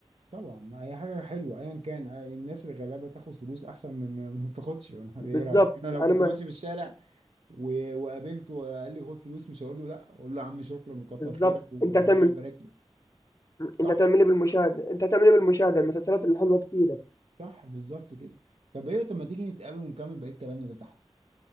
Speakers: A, on the right (about 80°); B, on the left (about 35°).
A: طبعا اي حاجه حلوه ايا كان آه، الناس الغلابه تاخد فلوس احسن من من ما بتاخدش انا
B: بالظبط
A: <laughs> ايه رايك انا لو
B: انا
A: كنت
B: ما
A: ماشي في الشارع و... وقابلته وقال لي خد فلوس مش هقول له لا اقول له يا عم شكرا وكتر
B: بالظبط
A: خيرك وربنا
B: انت هتعمل
A: يبارك لك صح
B: انت هتعمل ايه بالمشاهده انت هتعمل ايه بالمشاهده المسلسلات الحلوه كتيره
A: صح بالظبط كده طب ايه طب ما تيجي نتقابل ونكمل بقيه كلامنا ده تحت